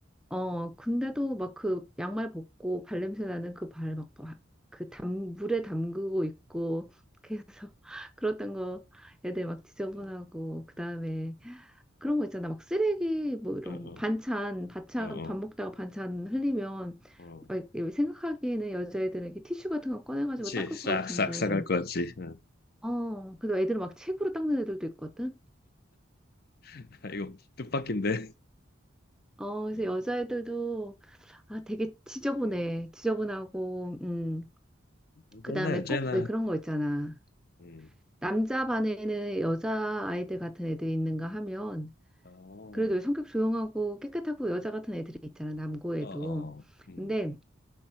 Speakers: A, in the centre; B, on the left.
A: 어, 근데도 막 그 양말 벗고 발냄새 나는 그 발 막 그 담, 물에 담그고 있고 그래서 <laughs> 그랬던 거 애들 막 지저분하고
B: 음.
A: 그다음에 그런 거 있잖아. 막 쓰레기 뭐 이런
B: 어, 어,
A: 반찬, 반찬
B: 어,
A: 밥
B: 어,
A: 먹다가 반찬 흘리면
B: 어.
A: 막 이렇게 생각하기에는 여자애들은 이렇게 티슈 같은 거 꺼내가지고
B: 그치,
A: 닦을
B: 싹,
A: 것 같은데
B: 싹, 싹할 것 같지. 어.
A: 어, 그래도 애들은 막 책으로 닦는 애들도 있거든.
B: <laughs> 아, 이거 뜻밖인데.
A: 어, 그래서
B: 음,
A: 여자애들도 아, 되게 지저분해.
B: 음.
A: 지저분하고, 음.
B: 언제나,
A: 그다음에
B: 언제나.
A: 꼭 왜 그런 거 있잖아.
B: 음.
A: 남자 반에는 여자 아이들 같은 애들이 있는가 하면
B: 어,
A: 그래도 성격 조용하고 깨끗하고 여자 같은 애들이 있잖아. 남고에도.
B: 어, 어, 음,
A: 근데